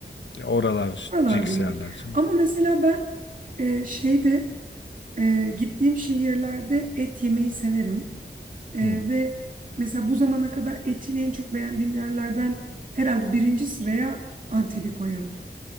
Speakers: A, on the left; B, on the right.
A: Ya oralar
B: Oralarda
A: ciks
B: yedik.
A: yerler canım.
B: Ama mesela ben e, şeyde e, gittiğim şehirlerde et yemeyi severim. E,
A: Hı.
B: ve mesela bu zamana kadar etin en çok beğendiğim yerlerden herhalde birinci sıraya Antep'i koyarım.